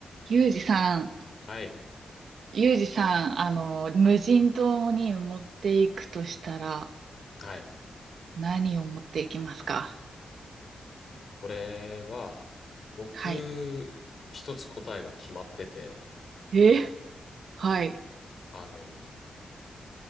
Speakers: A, on the right; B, on the left.
A: ユージさん、
B: はい。
A: ユージさん、あの、無人島に持っていくとしたら、
B: はい。
A: 何を持っていきますか
B: これは、僕、
A: はい。
B: 一つ答えが決まってて、
A: えはい。
B: あの、